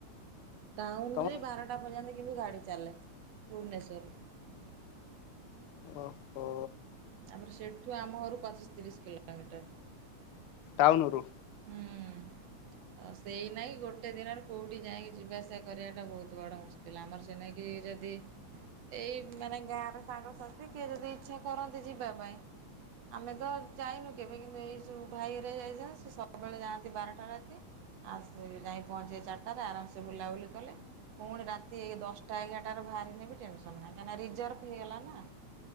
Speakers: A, on the right; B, on the left.
A: ଟାଉନରେ
B: ତମର
A: ବାରଟା ପର୍ଯ୍ୟନ୍ତ କିନ୍ତୁ ଗାଡ଼ି ଚାଲେ ଭୁବନେଶ୍ୱର୍‌ରୁ।
B: ଓ ହୋ।
A: ତା ପରେ ସେଠୁ ଆମ ଘରୁ ପଚିଶ ତିରିଶ କିଲୋମିଟର।
B: ଟାଉନୁ ରୁ?
A: ହୁଁ। ଆଉ ସେଇ ନାହିଁ ଗୋଟେ ଦିନରେ କୋଉଠି ଯାଇକି ଯିବାଆସିବା କରିବାଟା ବହୁତ ବଡ଼ ମୁସ କିଲ ଆମର ସେଇ ନାକି ଯଦି ଏଇ ମାନେ ଗାଁରେ ସାଙ୍ଗସାଥି କିଏ ଯଦି ଇଚ୍ଛା କରନ୍ତି ଯିବା ପାଇଁ ଆମେ ତ ଯାଇନୁ କେବେ କିନ୍ତୁ ଏଇ ଯୋଉ ଭାଇ ଘରିଆ ଯାଇଛନ୍ତି ସେ ସବୁବେଳେ ଯାଆନ୍ତି ବାରଟା ରାତି ଆଉ ସେ ଯାଇ ପହଞ୍ଚିବେ ଚାର୍ଟାରେ ଆରାମସେ ବୁଲାବୁଲି କଲେ ପୁଣି ରାତି ଦଶ୍ଟା ଏଗାର୍ଟାରେ ବାହାରିନେି ବି ଟେନ୍‌ସନ୍ ନାହିଁ କାହିଁକି ନା ରିଜର୍ଭ ହେଇଗଲା ନା।